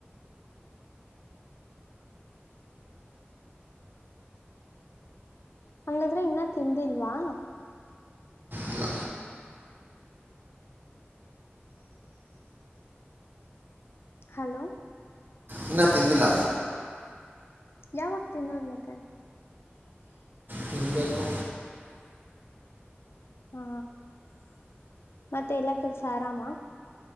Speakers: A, on the left (about 75°); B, on the right (about 55°).
A: ಹಂಗಾದ್ರೆ ಇನ್ನ ತಿಂದಿಲ್ವಾ
B: ಇಲ್ಲ
A: ಹಲೋ
B: ಇನ್ನ ತಿಂದಿಲ್ಲ
A: ಯಾವಾಗ ತಿನ್ನೋದು ಮತ್ತೆ
B: ತಿನ್ಬೇಕು
A: ಹಾ ಮತ್ತೆ ಎಲ್ಲಾ ಕೆಲ್ಸ ಆರಾಮ